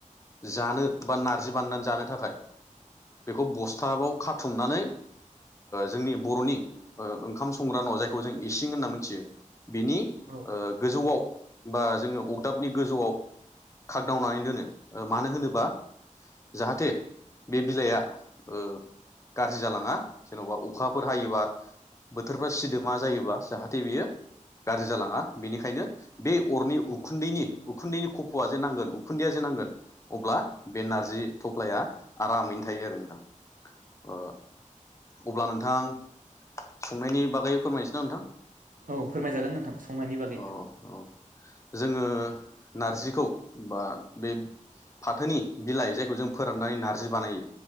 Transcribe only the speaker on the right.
औ
औ फोरमायजागोन नोंथां संनायनि बागै